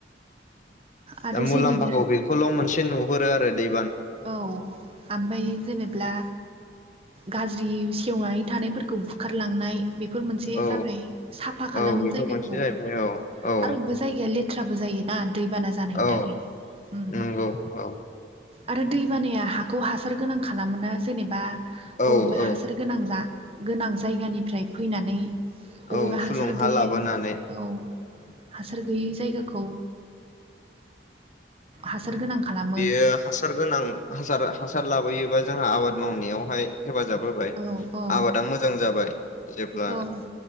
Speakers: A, on the right (about 30°); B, on the left (about 40°).
A: आरो
B: दा मुलाम्फाखौ
A: जेनेब्ला
B: बेखौल' मोनसे नुहुरो आरो दै
A: औ ओमफ्राय जेनेब्ला गाज्रि सेवनानै थानायफोर खौ बुखारलांनाय बेफोर मोनसे
B: औ
A: जाबाय साफा खालामो
B: औ बेफोर
A: जायगाखौ
B: मोनसे जाहैबाय औ औ
A: आरो अबेबा जायगाया लेथ्राबो जायोना दै दै बाना जानायनि
B: औ
A: थाखाय उम
B: नंगौ औ
A: आरो दैबानाया हाखौ हासार गोनां खालामोना जेनेबा
B: औ
A: अबेबा
B: औ
A: हासार गोनां जा गोनां जायगानिफ्राय फैनानै
B: औ
A: अबेबा हासार
B: फुलुं हा
A: गैयै
B: लाबोनानै
A: औ हासार गैयै औ जायगाखौ हासार गोनां खालामो
B: बेयो हासार गोनां हासार हासार लाबोयोबा जोंहा आबाद मावनायावहाय हेफाजाब होबाय
A: औ औ
B: आबादा मोजां जाबाय जेब्ला
A: औ